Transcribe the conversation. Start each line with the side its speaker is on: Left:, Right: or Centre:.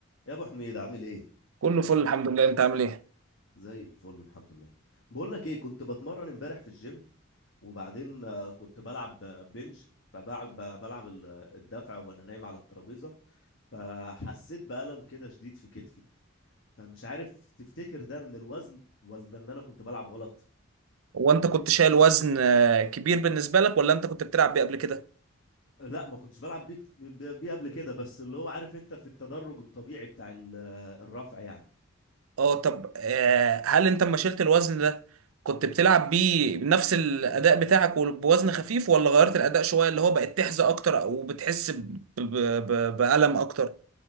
Left: يا ابو حميد عامل ايه
Right: كله فل الحمد لله انت عامل ايه
Left: زي الفل الحمد لله بقول لك ايه كنت بتمرن امبارح في الجيم وبعدين آه، كنت بلعب آه، بنج فبلعب بلعب ال- الدفع وانا نايم على الترابيزه فحسيت بألم كده شديد في كتفي فمش عارف تفتكر ده من الوزن ولا ان انا كنت بلعب غلط
Right: هو انت كنت شايل وزن آه، كبير بالنسبه لك ولا انت كنت بتلعب بيه قبل كده
Left: لا ما كنتش بلعب بيه كت- بيه قبل كده بس اللي هو عارف انت في التدرج الطبيعي بتاع ال- الرفع يعني
Right: اه طب آه، هل انت لما شلت الوزن ده كنت بتلعب بيه بنفس الاداء بتاعك وبوزن خفيف ولا غيرت الاداء شويه اللي هو بقت تحزق اكتر او بتحس ب- ب- ب- بألم اكتر